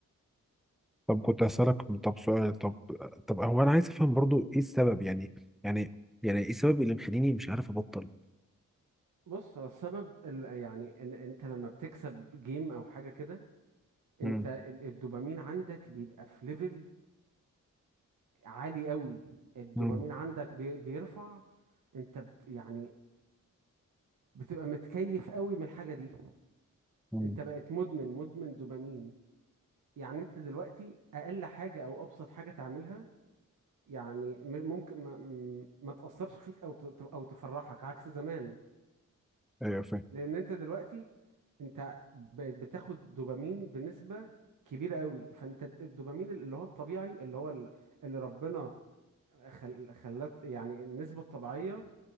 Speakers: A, in the centre; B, on the right (about 65°).
A: طب كنت هسألك طب سؤال طب طب هو أنا عايز أفهم برضو إيه السبب يعني يعني يعني إيه السبب اللي مخليني مش عارف أبطل
B: بص هو السبب ال... يعني ان انت لما بتكسب جيم او حاجة كده
A: مم.
B: انت ال- الدوبامين عندك بيبقى في ليفل عالي قوي الدوبامين
A: مم.
B: عندك بي... بيرفع انت بت... يعني بتبقى متكيف قوي من الحاجة دي
A: مم.
B: انت بقت مدمن مدمن دوبامين يعني انت دلوقتي اقل حاجة او ابسط حاجة تعملها يعني م- ممكن ما م- ما تأثرش فيك او ت- او تفرحك عكس زمان
A: أيوه فاهم
B: لان انت دلوقتي انت بقيت بتاخد دوبامين بنسبة كبيرة قوي فانت الد- الدوبامين اللي هو الطبيعي اللي هو ال- اللي ربنا خل... خلت يعني النسبة الطبيعية